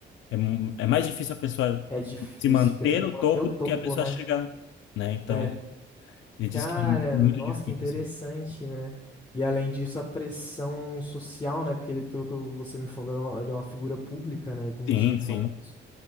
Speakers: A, on the left; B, on the left.
A: é, mu- é mais difícil a pessoa
B: É difícil,
A: se manter
B: porque tem que
A: no
B: manter
A: topo
B: o topo,
A: do que a pessoa
B: né?
A: chegar, né? Então,
B: É.
A: ele
B: Cara,
A: disse que é muito
B: nossa,
A: difícil,
B: que interessante,
A: assim.
B: né? E além disso, a pressão social, né? Porque ele, pelo que você me falou, ele é uma ele é uma figura pública, né? De um
A: Sim,
B: time famoso.
A: sim.